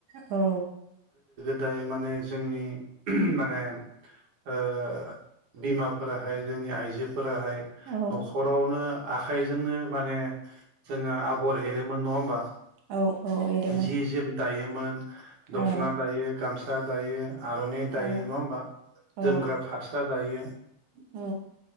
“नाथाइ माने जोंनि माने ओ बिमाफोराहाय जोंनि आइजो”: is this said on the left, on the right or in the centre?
Right